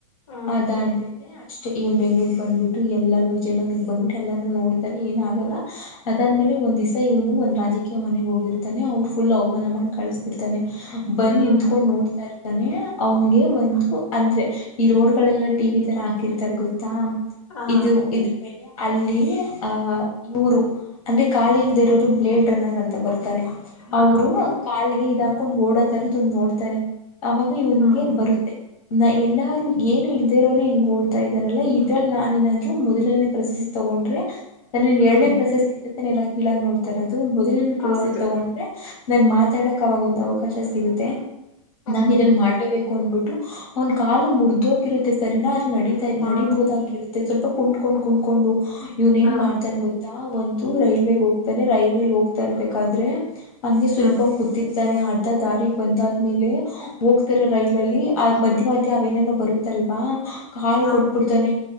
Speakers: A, on the left; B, on the left.
A: ಹ
B: ಅದಾದ್ಮೇಲೆ ಅಷ್ಟೇ ಇವನ ಬೆಂಗಳೂರಿಗ ಬಂದಬಿಟ್ಟು ಎಲ್ಲಾನೂ ವಿಜಯನಗರ ಬಂದ್ಬಿಟ್ಟು ಎಲ್ಲಾನು ನೋಡ ನೆ ಏನ ಆಗಲ್ಲ ಅದಾದ್ಮೇಲೆ ಒಂದ್ ದಿಸಾ ಇವನು ಒಂದು ರಾಜಕೀಯ ಮನೆಗ ಹೋಗಿರ್ತಾನೆ ಅವ್ರ ಫುಲ್ ಅವಮಾನ ಮಾಡಿ ಕಳಸ್ ಬಿಡ್ತಾನೆ ಬಂದ
A: ಹ್ಮ್
B: ನಿಂತ್ಕೊಂಡ್ ನೋಡ್ತಾರ ನೇ ಅವನ್ಗೆ ಒಂದು ಅಂದ್ರೆ ಈ ರೋಡ್ಗಳೆಲ್ಲ ಟಿ ವಿ ತರ ಹಾಕಿರ್ತಾರೆ ಗೊತ್ತಾ?
A: ಹಾ
B: ಇದು ಇದ ಮೇಲೆ ಅಲ್ಲಿ ಆಹ್ ಇವರು ಅಂದ್ರೆ ಕಾಲಿ ಇಲ್ದೇ ಇರೋರು ಬ್ಲೇಡ್ ರನ್ನರ್ ಅಂತ ಬರುತ ತಾರೆ
A: ಹಾ
B: ಅವರು ಕಾಲಿಗೆ ಇದ ಹಾಕೊಂಡ ಓಡೋತರದೊಂದ ನೋಡ್ತಾನೆ ಅವಾಗ ಇವ್ನ್ಗೆ
A: ಹಾ ಹ್ಮ್
B: ಬರುತ್ತೆ. ನ ಎಲ್ಲಾರೂ ಏನು ಇಲ್ದೇ ಇರೋರೆ ಹಿಂಗ ಓಡ್ ಇದಾರಲ್ಲಾ ಇದ್ರಲ್ಲಿ ನಾನ ಏನಾದ್ರು ಮೊದಲನೇ ಪ್ರಶಸ್ತಿ ತಗೊಂಡ್ರೆ ನಾನನ್
A: ಹ್ಮ್
B: ಎರಡನೇ ಪ್ರಶಸ್ತಿ ಅ ಎಲ್ಲ ಕೀಳಾಗಿ ನೋಡ್ತ ಇರೋದು ಮೊದಲನೆ ಪ್ರಶಸ್ತಿ
A: ಹೌದು
B: ತೊಗೊಂಡ್ರೆ ನಂಗ್ ಮಾತಾಡಕ್ ಅವಾಗ ಒಂದ ಅವ್ ಅವಕಾಶ ಸಿಗುತ್ತೆ
A: ಹೌದು
B: ನಾನು ಇದಲ್ಲಿ ಮಾಡ್ಲೇಬೇಕ್ ಕೊಂಡ್ಬಿಟ್ಟು ಅವನ್ ಕಾಲು ಮುರ್ದೋಗಿರುತ್ತೆ ಸರಿನಾ ಆದ್ರ ನಡಿತಾ
A: ಹಾ
B: ನಡಿಬಹುದಾಗಿ ಮತ್ತೆ ಸ್ವಲ್ಪ ಕುಂಟ ಕೊಂಡು ಕುಂಟಕೊಂಡು ಇವನ್ ಏನ್
A: ಹಾ
B: ಮಾಡ್ತಾನ್ ಗೊತ್ ಒಂದು ರೈಲ್ವೆಗೆ ಹೋಗ್ತಾನೆ ರೈಲ್ವೆ ಅಲ್ಲಿ ಹೋಗ್ತಾ ಇರ್ಬೇಕಾದ್ರೆ ಹಂಗೆ ಸ್ವಲ್ಪ
A: ಹಾ
B: ಸೂಲ್ಕೊಂಡ್ ಕೂ ತಾನೆ ಅರ್ಧ ದಾರಿಗೆ ಬಂದಾದ್ಮೇಲೆ ಹೋಗ್ತಾರೆ ರೈಲ್ ಅಲ್ಲಿ ಆ ಮಧ್ಯೆ ಮಧ್ಯೆ ಅವೇನೇನೋ ಬರುತ್ತ್ ತಲ್ವಾ ಕ
A: ಹಾ
B: ಕೊಟ್ಬಿಡ್ತಾನೆ